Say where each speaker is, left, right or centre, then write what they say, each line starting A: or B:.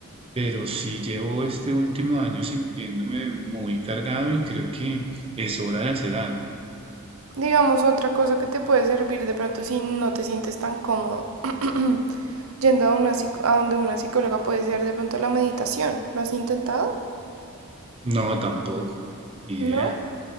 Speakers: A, on the right (about 25°); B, on the right (about 75°).
A: pero sí llevo este último año sintiéndome muy cargado y creo que es hora de hacer algo.
B: Digamos, otra cosa que te puede servir de pronto si no te sientes tan cómodo <clears throat> yendo a, una, psic- a donde una psicóloga puede ser de pronto la meditación. ¿Lo has intentado?
A: No, tampoco, ni
B: ¿No?
A: idea.